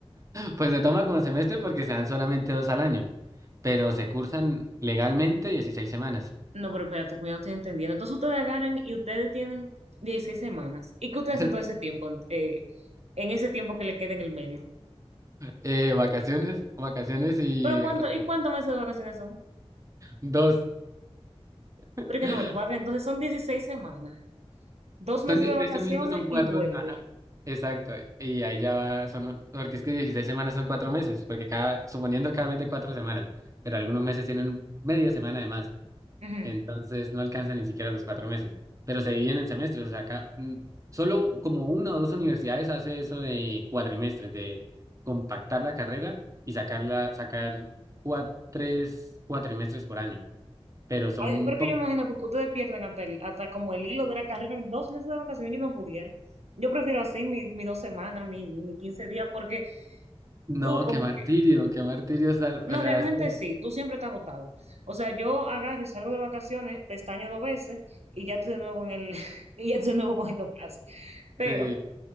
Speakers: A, on the right; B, on the right.
A: Pues se toma como semestre porque se dan solamente dos al año, pero se cursan legalmente 16 semanas.
B: No, pero espérate, pues yo no estoy entendiendo. Entonces ustedes agarran y ustedes tienen 16 semanas. ¿Y qué ustedes
A: <laughs>
B: hacen todo ese tiempo? eh, en ese tiempo que le queda en el medio.
A: Eh, vacaciones, vacaciones y
B: Pero cuánto,
A: re-
B: ¿y cuántos meses de vacaciones son?
A: dos. <laughs>
B: Pero es que no me cuadra. Entonces son 16 semanas. Dos meses
A: Son dieciséis
B: de vacaciones
A: semestres, son cuatro.
B: y vuelve.
A: Ajá. Exacto. Y ahí ya va, son, porque es que 16 semanas son cuatro meses, porque cada, suponiendo cada mes de cuatro semanas, pero algunos meses tienen media semana de más.
B: Ujú.
A: Entonces no alcanza ni siquiera los cuatro meses, pero se dividen en semestres, o sea, acá mm, solo como una o dos universidades hace eso de cuatrimestres, de compactar la carrera y sacarla, sacar cua- tres cuatrimestres por año, pero son
B: Ay, pero que
A: pocas.
B: yo me imagino que ustedes pierden hasta, el- hasta como el hilo de la carrera en dos meses de vacaciones, yo no pudiera. Yo prefiero así mi, mi dos semanas, mis mi, mi 15 días, porque
A: No,
B: tú como
A: qué martirio,
B: que,
A: qué martirio, estar-
B: no,
A: o sea,
B: realmente
A: es que,
B: sí, tú siempre estás agotado. O sea, yo agarro y salgo de vacaciones, pestaño dos veces y ya estoy de nuevo en el, <laughs> y ya estoy de nuevo cogiendo clases. Pero,
A: eh,